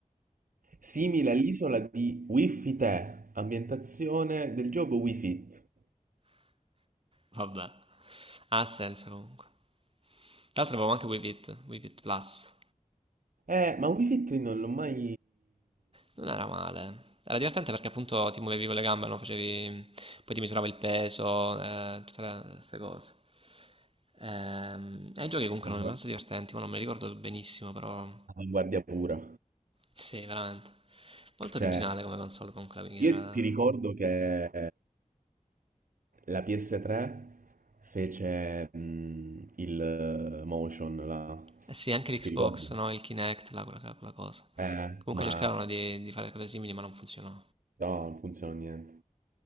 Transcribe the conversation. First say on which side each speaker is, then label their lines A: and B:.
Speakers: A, on the right; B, on the right.
A: Simile all'isola di Wii Fit, Air, ambientazione del gioco Wii Fit.
B: Vabbè. Ha senso comunque. Tra l'altro avevo anche Wii Fit, Wii Fit Plus.
A: Eh, ma Wii Fit non l'ho mai...
B: Non era male. Era divertente perché appunto ti muovevi con le gambe, no? Facevi... Poi ti misurava il peso, eh, tutte queste cose. Ehm, E i giochi comunque
A: non
B: erano
A: guard-
B: abbastanza divertenti, ma non mi ricordo benissimo, però...
A: Avanguardia pura.
B: Sì, veramente. Molto
A: Cioè,
B: originale come console comunque la Wii
A: io
B: era...
A: ti ricordo che la PS3 fece mm, il eh, motion là.
B: Eh sì, anche l'Xbox,
A: Ti ricordi?
B: no? Il Kinect, là, quella, quella cosa.
A: Eh,
B: Comunque
A: ma
B: cercarono di, di fare cose simili, ma non funzionò.
A: No, non funziona niente.